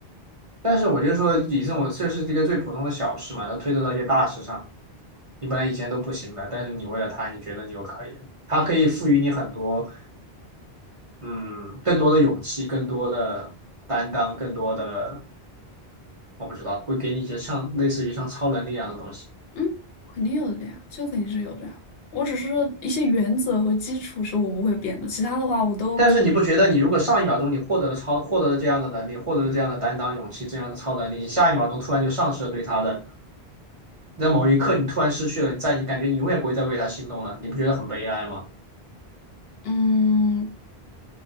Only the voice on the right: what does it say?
但是我就说，以这种这是一个最普通的小事嘛，它推测到一些大事上。你本来以前都不行的，但是你为了他，你觉得你又可以了。他可以赋予你很多，嗯，更多的勇气，更多的担当，更多的，我不知道，会给你一些像类似于像超能力一样的东西。
但是你不觉得你如果上一秒钟你获得了超获得了这样的能力，获得了这样的担当、勇气、这样的超能力，你下一秒钟突然就丧失了对他的，在某一刻你突然失去了，你在你感觉你永远不会再为他心动了，你不觉得很悲哀吗？